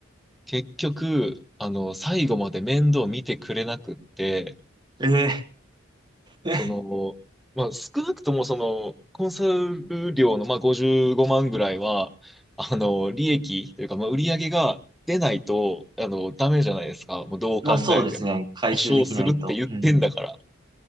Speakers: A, in the centre; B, on the right.
A: 結局、あの、最後まで面倒見てくれなくって、
B: い。えええ
A: その、まあ、少なくともその、コンサル料の、まあ、55万ぐらいは、あの、利益というか、まあ、売り上げが出ないと、あの、ダメじゃないですか。もうどう考えても。
B: <laughs> まあそうですね。回収できないと。
A: 保証するって言ってんだから。
B: うん。